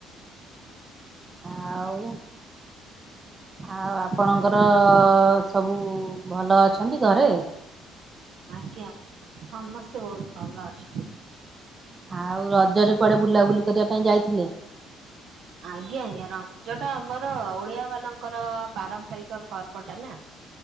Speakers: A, on the right (about 30°); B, on the right (about 65°).
A: ଆଉ ଆଉ ଆପଣଙ୍କର ସବୁ ଭଲ ଅଛନ୍ତି ଘରେ?
B: ଆଜ୍ଞା ସମସ୍ତେ ବହୁତ ଭଲ ଅଛନ୍ତି।
A: ଆଉ ରଜରେ କୁଆଡେ ବୁଲାବୁଲି କରିବା ପାଇଁ ଯାଇଥିଲେ?
B: ଆଜ୍ଞା ଆଜ୍ଞା ରଂ ରଜ ଟା ଆମର ଓଡିଆ ମାନଙ୍କର ପାରମ୍ପରିକ ପର୍ବ ଟା ନା।